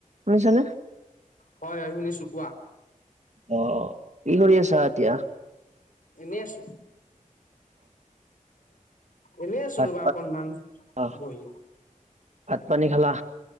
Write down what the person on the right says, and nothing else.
শুনিছানে?
অ, কি কৰি আছা এতিয়া।
ভাত
অ',
ভাত পানী খালা?